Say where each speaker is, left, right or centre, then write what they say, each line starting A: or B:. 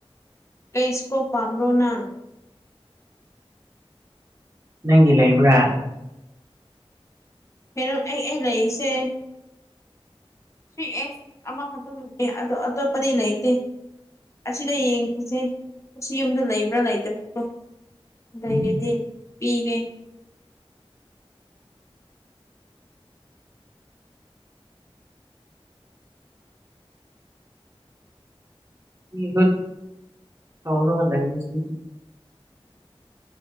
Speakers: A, on the left (about 30°); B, on the right (about 30°).
A: ꯀꯩ ꯏꯁꯀꯣꯞ ꯄꯝꯕꯔꯣꯅ꯫
B: ꯅꯪꯒꯤ ꯂꯩꯕ꯭ꯔꯥ꯫
A: ꯍꯩꯔꯣꯠ ꯑꯩ ꯑꯦ ꯂꯩꯏꯁꯦ꯫ ꯊꯔꯤ ꯑꯦꯁ ꯑꯃꯈꯇ <unintelligible> ꯑꯗꯣ ꯑꯇꯣꯞ ꯄꯗꯤ ꯂꯩꯇꯦ꯫ ꯑꯁꯤꯗ ꯌꯦꯡꯁꯤꯁꯦ ꯑꯁꯤ ꯌꯨꯝꯗ ꯂꯩꯕ꯭ꯔꯥ ꯂꯩꯇꯕꯔꯗꯣ꯫ ꯂꯩꯩꯔꯗꯤ
B: ꯎꯝ.
A: ꯄꯤꯒꯦ꯫
B: <unintelligible> ꯇꯧꯔꯂꯩꯅ ꯁꯤ <unintelligible>